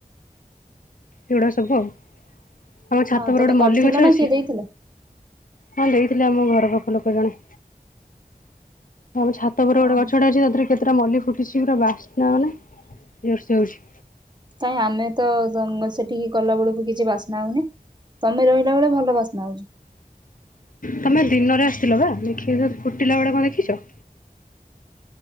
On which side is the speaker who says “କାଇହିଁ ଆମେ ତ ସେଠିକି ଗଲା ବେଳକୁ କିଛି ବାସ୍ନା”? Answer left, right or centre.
Right